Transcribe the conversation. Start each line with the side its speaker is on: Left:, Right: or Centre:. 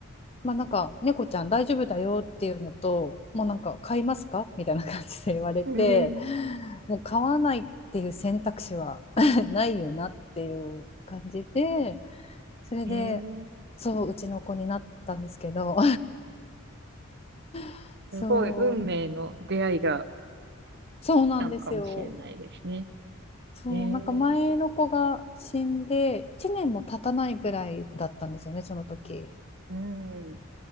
Left: まあなんか猫ちゃん大丈夫だよっていうのともうなんか買いますかみたいな感じで言われて
Right: うん。
Left: もう買わないっていう選択肢は <laughs> ないよなっていう感じでそれで
Right: ええ
Left: そううちの子になったんですけど <laughs> そう
Right: すごい運命の出会いが
Left: そうなんですよ
Right: 来たのかもしれないですね。
Left: そうなんか前の子が死んで1年も経たないぐらいだったんですよねその時
Right: ええうん。